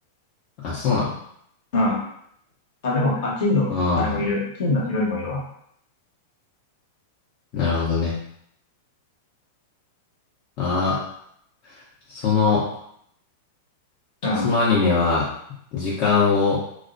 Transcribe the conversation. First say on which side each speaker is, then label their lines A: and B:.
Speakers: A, on the left (about 45°); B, on the left (about 65°).
A: あ、そうなの
B: な。うん。あ、でも、あ、金の、
A: あ
B: あれもいる。金のヒロインもいるわ。
A: あなるほどね。ああ、その、
B: うん。
A: そのアニメは時間を